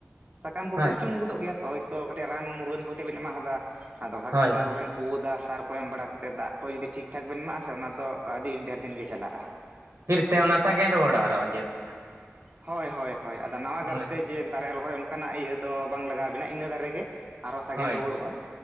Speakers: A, on the right; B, on the right.
A: ᱥᱟᱠᱟᱢ ᱠᱚ
B: ᱦᱳᱭ
A: ᱠᱩᱲᱪᱼᱼ ᱜᱚᱫᱚᱜ ᱜᱮᱭᱟ ᱦᱚᱭᱛᱚᱠᱟᱹᱴᱤᱡ ᱨᱟᱱ ᱢᱩᱨᱜᱟᱹᱱ ᱠᱚ ᱠᱟᱹᱴᱤᱡ ᱵᱮᱱ ᱮᱢᱟᱫᱟ ᱟᱫᱚ ᱵᱷᱟᱜᱟᱨ
B: ᱦᱳᱭ
A: ᱛᱮ ᱟᱨᱦᱚ ᱵᱤᱱᱼᱼ ᱯᱳ ᱫᱟᱜ ᱥᱟᱨ ᱠᱚ ᱮᱢ ᱵᱟᱲᱟ ᱠᱟᱛᱮᱫ ᱫᱟᱜ ᱠᱚ ᱡᱩᱫᱤ ᱴᱷᱤᱠ ᱴᱷᱟᱠ ᱵᱮᱱ ᱮᱢᱟᱜᱼᱟ ᱥᱮ ᱚᱱᱟᱫᱚ ᱟᱹᱰᱤ ᱰᱷᱮᱨ ᱫᱤᱱ ᱜᱮ ᱪᱟᱞᱟᱜᱼᱟ᱾
B: ᱯᱷᱤᱨ ᱛᱮ ᱚᱱᱟ ᱥᱟᱜᱮᱱ ᱨᱩᱣᱟᱹᱲᱚᱜ-ᱟ ᱟᱨᱚ ᱡᱚᱜ ᱛᱟᱦᱮᱱᱟ᱾
A: ᱦᱳᱭ ᱦᱳᱭ ᱦᱳᱭ ᱟᱫᱚ ᱱᱟᱣᱟ ᱠᱟᱨᱛᱮ
B: ᱦᱳᱭ
A: ᱡᱮ ᱫᱟᱨᱮ ᱨᱚᱦᱚᱭ ᱚᱱᱠᱟᱱᱟᱜ ᱤᱭᱟᱹ ᱫᱚ ᱵᱟᱝ ᱞᱟᱜᱟᱣ ᱟᱵᱤᱱᱟ ᱤᱱᱟᱹ ᱫᱟᱨᱮ ᱜᱮ ᱟᱨᱚ ᱥᱟᱜᱮᱱ
B: ᱦᱳᱭ
A: ᱨᱩᱣᱟᱹᱲᱚᱜᱼᱟ